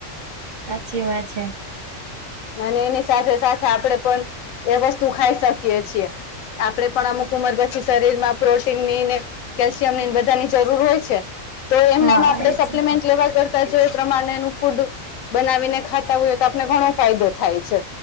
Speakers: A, on the right; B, on the left.
A: સાચી વાત છે.
B: અને એની સાથે સાથે આપડે પણ એ વસ્તુ ખાઈ શકીએ છીએ. આપડે પણ અમુક ઉંમર પછી શરીરમાં પ્રોટીનની ને કેલ્શિયમની ન બધાની જરૂર હોય છે. તો એમણામ
A: હા
B: આપડે
A: એજ
B: સપ્લિમેન્ટ
A: ને.
B: લેવા કર તા જો એ પ્રમાણેનું ફૂડ બનાવીને ખાતા હોયે તો આપને ઘણો ફાયદો થાય છે.